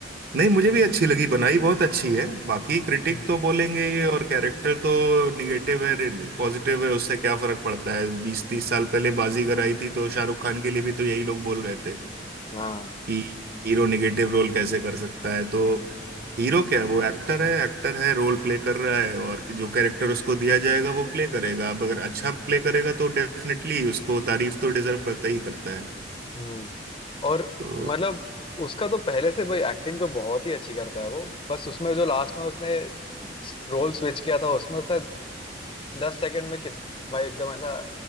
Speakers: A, on the right (about 55°); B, on the left (about 30°).
A: नहीं मुझे भी अच्छी लगी बनाई बहुत अच्छी है बाकी क्रिटिक
B: हम्म
A: तो बोलेंगे ये और कैरेक्टर तो निगेटिव है पॉजिटिव है उससे क्या फर्क पड़ता है बीस तीस साल पहले बाजीगर आई थी तो शाहरुख खान के लिए भी तो यही लोग बोल रहे थे
B: हाँ
A: कि हीरो निगेटिव रोल कैसे कर सकता है तो हीरो क्या है वो एक्टर है एक्टर है रोल प्ले कर रहा है और जो कैरेक्टर उसको दिया जाएगा वो प्ले करेगा अब अगर अच्छा प्ले करेगा तो डेफिनेटली उसको तारीफ तो डिजर्व करता ही करता है
B: हम्म और
A: तो
B: मतलब उसका तो पहले से भाई एक्टिंग तो बहुत ही अच्छी करता है वो बस उसमें जो लास्ट में उसने रोल स्विच किया था उसमें उसने दस सेकंड में कित भाई एकदम ऐसा